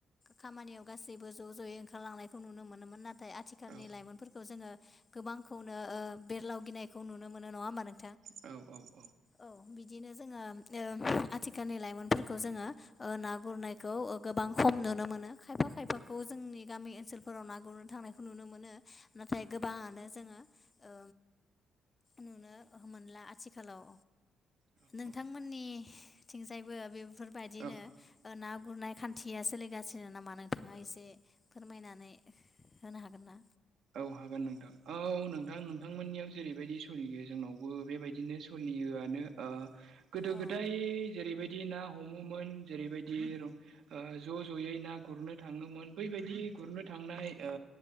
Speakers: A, on the left; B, on the right.
A: खामानियाव गासैबो ज' ज'यै ओंखारलांनायखौ नुनो मोनोमोन नाथाय आथिखालनि
B: औ
A: लाइमोनफोरखौ जोङो गोबांखौनो ओ बेदलाव गिनायखौ नुनो मोनो नङा होमा नों
B: औ औ
A: औ बिदिनो जोङो ओ आथिखालनि लाइमोनफोरखौ जोङो ओ ना गुरनायखौ खौ गोबां खम नुनो मोनो खायफा खायफाखौ जोंनि गामि ओनसोलफोराव ना गुरनो थांनायखौ नुनो मोनो। नाथाय गोबाङानो जोङो ओ नुनो ओह मोनला आथिखालाव।
B: औ
A: नोंथांमोननिथिंजायबो बेफोरबायाददिनो
B: औ औ
A: ना गुरनाय खान्थिया सोलिगासिनो नामा नोंथाङा एसे फोरमायनानै होनो हागोन ना?
B: औ हागोन नोंथां औ नोंथां नोंथांमोननियाव जेरैबायदि सलियो जोंनावबो बेबायदिनो सलियो। योआनो ओ गोदो
A: औ
B: गोदाय जेरैबायदि ना हमोमोन जेरैबायदि ज' ज'यै ना गुरनो थाङोमोन बैबायदि बायायदि गुरनो थांनाय ओ